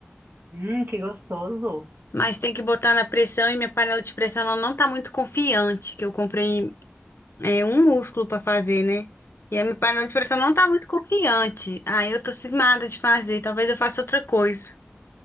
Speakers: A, on the right; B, on the left.
A: Hum, que gostoso.
B: Mas tem que botar na pressão e minha panela de pressão ela não tá muito confiante, que eu comprei, é, um músculo pra fazer, né? E a minha panela de pressão não tá muito confiante. Aí eu tô cismada de fazer, talvez eu faça outra coisa.